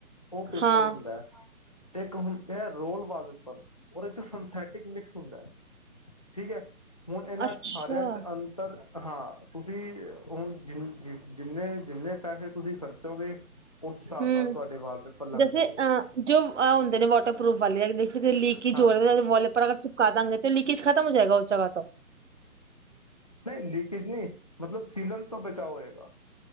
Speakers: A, on the left (about 25°); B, on the right (about 50°).
A: ਉਹ ਪੇਪਰ
B: ਹਾਂ
A: ਹੁੰਦਾ ਹੈ ਇੱਕ ਹੁਦੇ। ਇਹ ਹੈ ਰੋਲ ਵਾਲਪੇਪਰ ਹੁਣ ਇਹਦੇ ਚ ਸਿੰਥੈਟਿਕ ਮਿਕਸ ਹੁੰਦਾ ਠੀਕ ਹੈ। ਹੁਣ ਇਹਨਾਂ
B: ਅੱਛਾ
A: ਸਾਰਿਆਂ ਚ ਅੰਤਰ। ਹਾਂ ਤੁਸੀਂ ਹੁਣ ਜਿਸ ਜ ਜਿੰਨੇ ਜਿੰਨੇ ਪੈਸੇ। ਤੁਸੀਂ ਖਰਚੋਗੇ ਉਸ ਹਿਸਾਬ
B: ਹਮ
A: ਨਾਲ ਤੁਹਾਡੇ ਵਾਲਪੇਪਰ ਲੱਗ
B: ਜੈਸੇ
A: ਜਾਣਗੇ।
B: ਅ ਜੋ ਆ ਹੁੰਦੇ ਨੇ। ਵਾਟਰਪਰੂਫ ਵਾਲੇ ਲੀਕੇਜ
A: ਹਾਂ
B: ਹੋ ਰਹੀ ਤਾਂ ਇਹੀ ਵਾਲਪੇਪਰ ਚਿਪਕਾ ਦਾਂਗੇ ਤਾਂ ਲੀਕੇਜ ਖਤਮ ਹੋ ਜਾਏਗਾ ਉਸ ਜਗਾ ਤੋ।
A: ਨਹੀਂ ਲੀਕੇਜ ਨਹੀਂ ਮਤਲਬ ਸੀਲਣ ਤੋ ਬਚਾਓ ਹੋਏਗਾ।